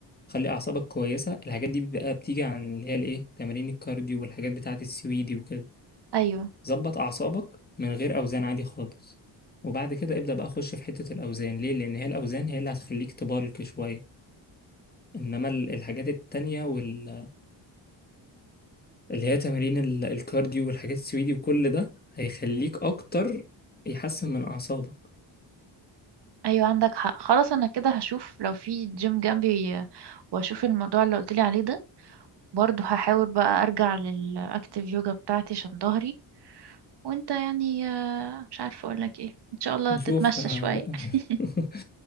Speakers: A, on the left (about 20°); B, on the right (about 60°).
A: خلي اعصابك كويسة الحاجات دي بقى بتيجي عن اللي هي الايه تمارين الكارديو والحاجات بتاعه السويدي وكده
B: ايوه
A: ظبط اعصابك من غير اوزان عادي خالص وبعد كده ابدأ بقى اخش في حتة الاوزان ليه لان هي الاوزان هي اللي هتخليك تبالك شوية انما ال- الحاجات التانية وال اللي هي تمارين ال- الكارديو والحاجات السويدي وكل ده هيخليك اكتر يحسن من اعصابك
B: ايوه عندك حق خلاص انا كده هشوف لو في جيم جنبي واشوف الموضوع اللي قلتلي عليه ده برضه هحاول بقى ارجع للاكتيف يوجا بتاعتي عشان ظهري وانت يعني آه، مش عارفة اقولك ايه ان شاء الله
A: هشوف
B: تتمشى
A: آه،
B: شوية
A: بقى
B: <laughs>
A: <laughs>